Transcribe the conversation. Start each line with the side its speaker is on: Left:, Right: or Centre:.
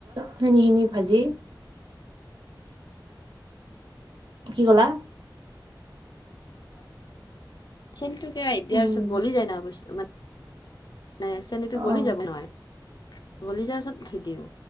Right: চেনি খিনি ভাজি, কি কলা?
Left: চেনিটো কেৰাহিত দিয়াৰ
Right: উম,
Left: পিছত গলি যায় ন বস্তু মান নে চেনীটো
Right: অ',
Left: গলি যাব নহয় গলি যোৱাৰ পিছত গাখীৰ দিওঁ